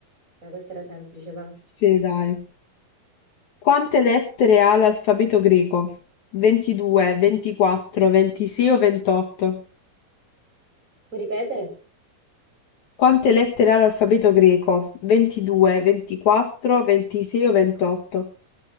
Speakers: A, on the right; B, on the left.
A: Eh, questa era semplice, va.
B: Sì, dai. Quante lettere ha l'alfabeto greco? 22, 24, 26 o 28?
A: Puoi ripetere?
B: Quante lettere ha l'alfabeto greco? 22, 24, 26 o 28?